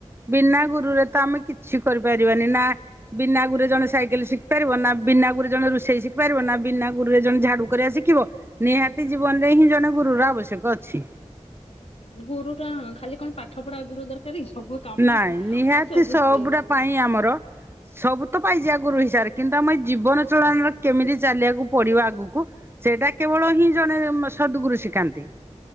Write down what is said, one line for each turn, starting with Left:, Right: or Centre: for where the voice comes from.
Right: ବିନା ଗୁରୁରେତ ଆମେ କିଛି କରିପାରିବାନି ନା ବିନା ଗୁରୁରେ ଜଣେ ସାଇକେଲ ଶିଖି ପାରିବ ନା ବିନା ଗୁରୁରେ ଜଣେ ରୋଷେଇ ଶିଖି ପାରିବ ନା ବିନା ଗୁରୁରେ ଜଣେ ଝାଡ଼ୁ କରିବା ଶିଖିବ। ନିହାତି ଜୀବନରେହିଁ ଜଣେ ଗୁରୁର ଆବଶ୍ୟକ ଅଛି।
Left: ଗୁରୁଟା ଖାଲି କଣ ପାଠ ପଢା ଗୁରୁ ଦରକାରକି ସବୁ କାମ
Right: ନାଇଁ ନିହାତି
Left: ସବୁଥିରେ।
Right: ସବୁଟା ପାଇଁ ଆମର ସବୁତ ପାଇଯିଆ ଗୁରୁ ହିଁସାବରେ କିନ୍ତୁ ଆମ ଏଇ ଜୀବନ ଚାଳନିର କେମିତି ଚାଲିବାକୁ ପଡ଼ିବ ଆଗକୁ ସେଟା କେବଳ ହିଁ ଜଣେ ସଦ୍ ଗୁରୁ ଶିକାନ୍ତି।